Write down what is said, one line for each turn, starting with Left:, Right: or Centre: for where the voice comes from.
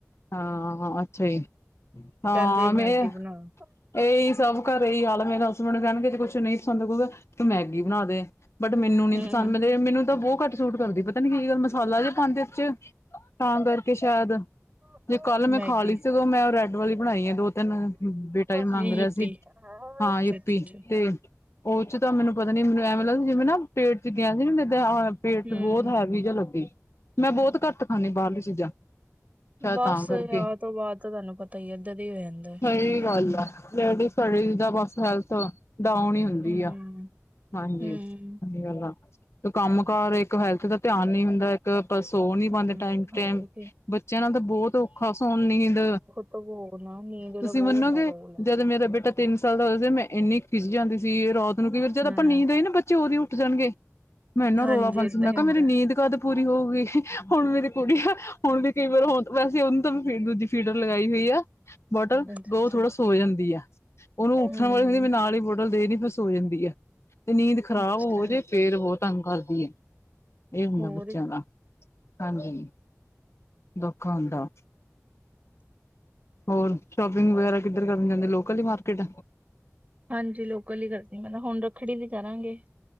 Left: ਹਾਂ ਅੱਛਾ ਜੀ, ਹਾਂ
Right: ਕਹਿੰਦੇ
Left: ਮੈਂ
Right: ਮੈਗੀ <inaudible>
Left: ਇਹੀ ਸਭ ਘਰੇ ਆਹੀ ਹਾਲ ਮੇਰੇ ਹਸਬੈਂਡ ਕਹਿਣਗੇ ਜੇ ਕੁਛ ਨਹੀਂ ਪਸੰਦ, ਕਹੋਗਾ ਮੈਗੀ ਬਣਾ ਦੇ ਬਟ ਮੈਨੂੰ ਨੀ
Right: ਹੂੰ
Left: ਪਸੰਦ ਮੈਨੂੰ ਤਾਂ ਬਹੁਤ ਘੱਟ ਸੂਟ ਕਰਦੀ ਆ, ਪਤਾ ਨੀ ਕੀ ਗੱਲ ਮਸਾਲਾ ਜਾ ਪਾਉਂਦੇ ਵਿੱਚ ਤਾਂ ਕਰਕੇ ਸ਼ਾਇਦ,
Right: ਹੂੰ
Left: ਜੇ ਕੱਲ ਮੈਂ
Right: ਮੈਗੀ
Left: ਖਾ ਲਈ ਸੀ ਮੈਂ ਰੈਡ ਇਕ ਵਾਰੀ ਬਣਾਈ ਹੈ ਦੋ ਤਿੰਨ ਬੇਟਾ ਜੀ ਮੰਗ
Right: ਯੀਪੀ
Left: ਰਿਹਾ ਸੀ
Right: ਅੱਛਾ
Left: ਹਾਂ ਯਪੀ
Right: ਅੱਛਾ ਅੱਛਾ
Left: ਤੇ ਉਹ 'ਚ ਤਾਂ ਮੈਨੂੰ ਪਤਾ ਨੀ ਮੈਨੂੰ ਐਵੇਂ ਲੱਗਦਾ ਸੀ ਜਿਵੇਂ ਨਾ ਪੇਟ 'ਚ ਗੈਸ ਜਾ ਪੇਟ
Right: ਹੂੰ
Left: ਬਹੁਤ ਹੈਵੀ ਜਾ ਲੱਗੇ। ਮੈਂ ਬਹੁਤ ਘੱਟ ਖਾਨੀ ਆ ਬਾਹਰਲੀ ਚੀਜ਼ਾਂ ਸ਼ਾਇਦ
Right: ਬਸ
Left: ਤਾਂ ਕਰਕੇ
Right: ਵਿਆਹ ਤੋਂ ਬਾਅਦ ਤਾਂ ਤੁਹਾਨੂੰ ਪਤਾ ਈ ਐ, ਐਦਾਂ ਹੀ ਹੋ ਜਾਂਦਾ
Left: ਸਹੀ
Right: ਸਰੀਰ
Left: <unintelligible> ਡਾਊਨ ਈ ਹੁੰਦੀ
Right: ਹੂੰ
Left: ਆ ਹਾਂਜੀ,
Right: ਹੂੰ
Left: ਸਹੀ ਗੱਲ ਐ ਤੇ ਕੰਮ-ਕਾਰ ਇੱਕ ਹੈਲਥ ਦਾ ਧਿਆਨ ਨੀ ਹੁੰਦਾ। ਆਪਾਂ ਸੋ ਨੀ
Right: ਹੂੰ
Left: ਪਾਂਦੇ ਟਾਈਮ ਟੂ ਟਾਈਮ,
Right: ਹੋਰ ਕੀ
Left: ਬੱਚਿਆਂ ਨਾਲ ਤਾਂ ਬਹੁਤ ਔਖਾ ਸੋਣ ਨੀਂਦ
Right: ਤੇ ਹੋਰ ਨਾ ਨੀਂਦ ਇਹਦਾ
Left: ਤੁਸੀਂ
Right: ਬਹੁਤ
Left: ਮੰਨੋਗੇ
Right: ਵੱਡਾ ਰੋਲ ਆ।
Left: ਜਦ ਮੇਰਾ ਬੇਟਾ ਤਿੰਨ ਸਾਲ ਦਾ ਹੋਇਆ ਸੀ, ਮੈਂ ਇੰਨੀ ਖਿੱਜ ਜਾਂਦੀ ਸੀ ਇਹ ਰਾਤ ਮੈਨੂੰ ਕਈ ਵਾਰੀ ਜਦੋਂ
Right: ਹੂੰ
Left: ਆਪਾਂ ਨੀਂਦ ਆਈ ਨਾ, ਬੱਚੇ ਓਦੇ ਉੱਠ ਜਾਨਗੇ। ਮੈਂ ਏੰਨਾ
Right: ਹਾਂਜੀ
Left: ਰੌਲਾ ਪਾਂਦੀ
Right: ਏਦਾਂ
Left: ਸੀ, ਮੈਂ
Right: ਹੀ
Left: ਕੇਆ,
Right: ਹੁੰਦਾ
Left: ਮੇਰੀ ਨੀਂਦ ਕਦ ਪੂਰੀ ਹੋ ਗਈ, ਹੁਨ ਮੇਰੀ ਕੁੜੀ ਆ, ਹੁਨ ਵੀ ਕਈ ਵਾਰ ਹੋਨ ਵੈਸੇ ਹੁਨ- ਸਬ ਫੀਜ਼ਰ ਦੀ ਫਿਲਟਰ ਲਗਾਈ ਹੋਈ ਆ, ਬੋਟਲ,
Right: ਅੱਛਾ
Left: ਦੋ
Right: ਅੱਛਾ
Left: ਥੋਰਸ। ਸੋ ਜਾਂਦੀ ਆ, ਓਨੂੰ
Right: ਹੂੰ
Left: ਉੱਠਣ ਵਾਲੀ ਨਾਲ ਈ ਬੋਟਲ ਦੇਨੀ ਫੇਰ ਸੋ ਜਾਂਦੀ ਆ। ਤੇ ਨੀਂਦ ਖ਼ਰਾਬ
Right: ਅੱਛਾ
Left: ਹੋ ਜੇ ਫੇਰ ਉਹ ਤੰਗ ਕਰਦੀ ਆ, ਏਅ ਹੁੰਦਾ
Right: ਹੋਰ
Left: ਬੱਚਿਆਂ ਦਾ ਹਾਂਜੀ, ਦੁੱਖ ਆਂਉਦਾ। ਹੋਰ, ਸ਼ੋਪਿੰਗ ਵਗੈਰਾ ਕਿੱਧਰ ਕਰਨ ਜਾਂਦੇ? ਲੋਕਲ ਈ ਮਾਰਕੀਟ।
Right: ਹਾਂਜੀ, ਲੋਕਲ ਈ ਕਰਦੀ ਮੈਂ ਤਾਂ, ਹੁਨ ਰੱਖੜੀ 'ਤੇ ਜਾਵਾਂਗੇ।